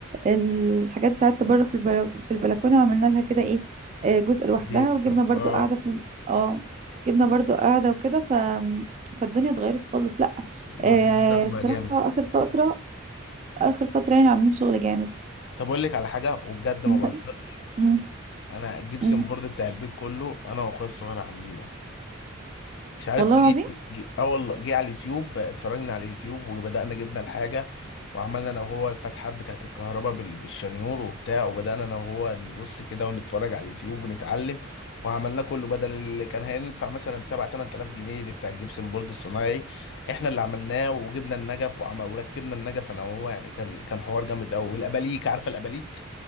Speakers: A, on the right (about 35°); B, on the left (about 60°).
A: الحاجات بتاعتها بره في البل... في البلكونة وعملنا لها كده ايه آه، جزء لوحدها
B: بيت
A: وجبنا
B: كده
A: برضو
B: اه
A: قاعدة في اه جبنا برضو قاعدة وكده ف فالدنيا اتغيرت خالص لا
B: لا
A: آه
B: البيت بتاعته
A: الصراحة
B: بقى جامد
A: آخر فترة آخر فترة يعني عاملين شغل جامد
B: طب اقول لك على حاجة وبجد ما
A: انت
B: بهزرش
A: مم.
B: انا الجبسن
A: مم.
B: بورد بتاع البيت كله انا واخويا الصغير عاملينه مش عارف
A: والله
B: جه
A: العظيم
B: جه اه والله جه على اليوتيوب اتفرجنا على اليوتيوب وبدأنا جبنا الحاجة وعملنا انا وهو الفتحات بتاعت الكهرباء بال- بالشنيور وبتاع وبدأنا انا وهو نبص كده ونتفرج على اليوتيوب ونتعلم وعملنا كله بدل اللي كان هيدفع مثلا 7 8000 جنيه دي بتاع الجبسن بورد الصناعي احنا اللي عملناه وجبنا النجف وعمل وركبنا النجف انا وهو يعني كان كان حوار جامد قوي والاباليك عارفه الاباليك